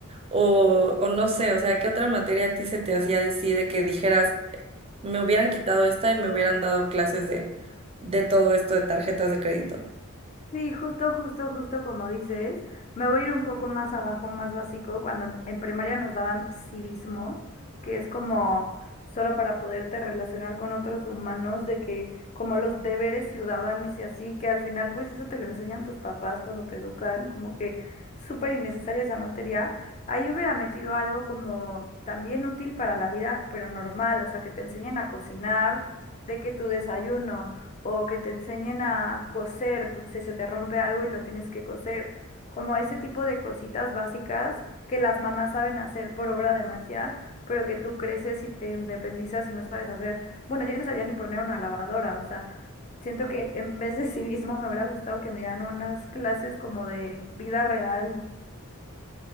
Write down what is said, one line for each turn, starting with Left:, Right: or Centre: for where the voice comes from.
Right: O, o no sé, o sea, ¿qué otra materia a ti se te hacía así de que dijeras? me hubieran quitado esta y me hubieran dado clases de, de todo esto de tarjetas de crédito.
Left: Sí, justo, justo, justo como dices, me voy a ir un poco más abajo, más básico, cuando en en primaria nos daban civismo, que es como solo para poderte relacionar con otros humanos, de que como los deberes ciudadanos y así, que al final pues eso te lo enseñan tus papás cuando te educan, como que súper innecesaria esa materia. Ahí hubiera metido algo como también útil para la vida, pero normal, o sea, que te enseñen a cocinar, de que tu desayuno o que te enseñen a coser, pues si se te rompe algo y lo tienes que coser, como ese tipo de cositas básicas que las mamás saben hacer por obra de magia, pero que tú creces y te independizas y no sabes hacer. Bueno, yo no sabía ni poner una lavadora, o sea, siento que en vez de civismo me hubiera gustado que me dieran unas clases como de vida real.